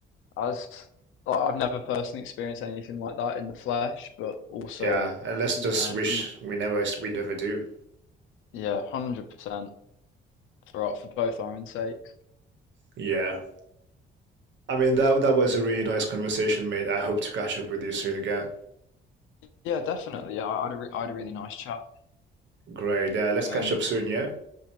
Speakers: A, on the left (about 85°); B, on the right (about 65°).
A: as like, I've never personally experienced anything like that in the flesh, but also,
B: yeah and let's
A: you
B: just
A: know,
B: wish
A: you,
B: we never we never do
A: yeah, 100% for for both our own sakes.
B: yeah i mean that that was a really nice conversation mate i hope to catch up with you soon again
A: Yeah, definitely. Yeah, I had a re I had a really nice chat.
B: great yeah let's
A: Um,
B: catch up soon yeah